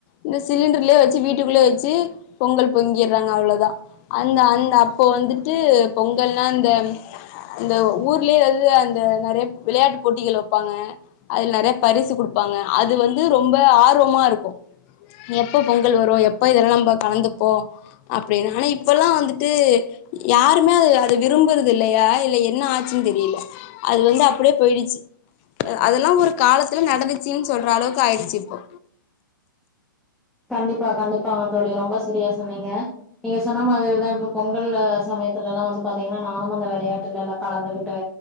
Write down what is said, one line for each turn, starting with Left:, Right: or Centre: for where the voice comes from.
Left: இந்த சிலிண்டர்லயே வெச்சு வீட்டுக்குள்ளயே வெச்சு பொங்கல் பொங்கிடுறாங்க அவ்வளோதான் அந்த அந்த அப்போ வந்துட்டு பொங்கல்லான்னா இந்த இந்த ஊர்லயே எதுலயோஅந்த நிறைய விளையாட்டு போட்டிகள் வெப் ப்பாங்க அதுல நெறைய பரிசு குடுப்பாங்க அது வந்து ரொம்ப ஆர்வமா இருக்கும் எப்ப பொங்கல் வரு எப்ப இதெல்லா நம்ம கலந்துப்போ அப்டின்னு ஆனா இப்பெல்லா வந்துட்டு யாருமே அது அத விரும்புறது இல்லையா இல்ல என்ன ஆச்சுன்னு தெரில அது வந்து அப்டியே போயிடுச்சு அது எல்லா ஒரு காலத்துல நடந்துச்சுன்னு சொல்ற அளவுக்கு ஆயிடுச்சு இப்போ
Centre: கண்டிப்பா கண்டிப்பாங்க தோழி ரொம்ப சரியா சொன்னீங்க நீங்க சொன்ன மாதிரிதா இப்போ பொங்கல் சமயத்துல எல்லா வந்து பாத்தீங்கன்னா நானு அந்த விளயாட்டுல எல்லா கலந்துகிட்டு